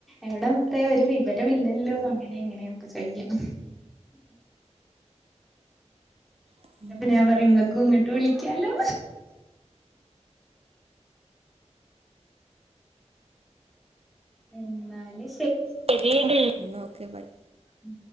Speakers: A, in the centre; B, on the right.
A: എവിടെ മത്തേ ഒരു വിവരം ഇില്ലല്ലോ അങ്ങനെ എങ്ങനെയൊക്കെ ചെയ്യാം
B: ഉം
A: അപ്പൊ ഞാൻ
B: ഉം
A: പറയതക്ക ഇങ്ങോട്ട് വിളിക്കാലോ എന്നാല
B: ശരി ഓക്കെ ബൈ
A: ഉം